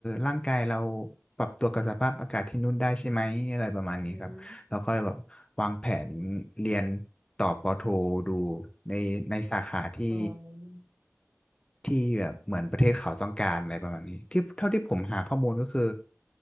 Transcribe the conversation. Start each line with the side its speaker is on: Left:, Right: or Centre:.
Left: ร่างกายเราปรับตัวกับสภาพอากาศที่นู่นได้ใช่ไหมอะไรประมาณนี้ครับแล้วค่อยแบบวางแผน
Right: อืม
Left: เรียนต่อปอโทดูในในสาขาที่
Right: อ๋อ
Left: ที่แบบเหมือนประเทศเขาต้องการอะไรประมาณนี้ที่เท่าที่ผมหาข้อมูลก็คือ